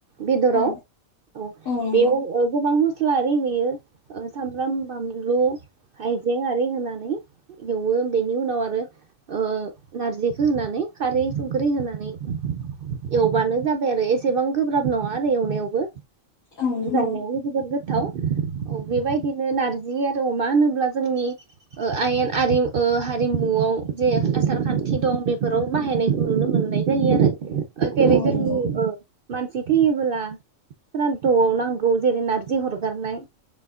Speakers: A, on the right; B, on the left.
A: बेयाव
B: औ
A: ओ
B: औ नंगौ
A: गोबां म स्लाआरि होयो सामब्राम बानलु आयजें आरि होनानै एवो बेनि उनाव आरो ओ नारजिखौ होनानै खारै संख्रि होनानै एवबानो जाबाय आरो एसेबां गोब्राब नङा आरो एवनायावबो
B: औ नंगौ
A: ज म बग <unintelligible> गोथाव बेबायदिनो नारजि आरो अमा होनोब्ला जोंनि आयेन आरि ओ हारिमुआव जे आसार खान्थि दं बेफोराव बाहायनायखौ नुनो मोननाय जायो आरो जेरै
B: औ
A: जों
B: नंगौ
A: ओ मानसि थैयोबोला स्राद'आव नांगौ जेरै नारजि हरगारनाय